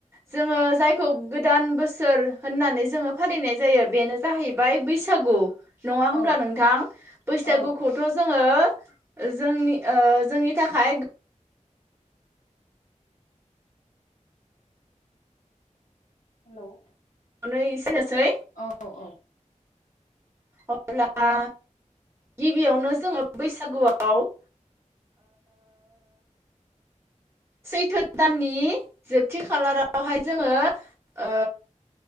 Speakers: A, on the right; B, on the left.
A: जोङो जायखौ गोदान बोसोर होननानै जोङो फालिनाय जायो बेनो जाहैबाय बैसागु। नङा
B: औ
A: होमब्ला नोंथां बैसागुखौथ'
B: औ
A: जोङो जोंनि ओ जोंनि थाखाय
B: हेल'
A: नो इसेनोसै
B: औ औ
A: अब्ला गिबियावनो जोङो बैसागुआव ओ सैथो दाननि जोबथि खालारावहाय जोङो ओ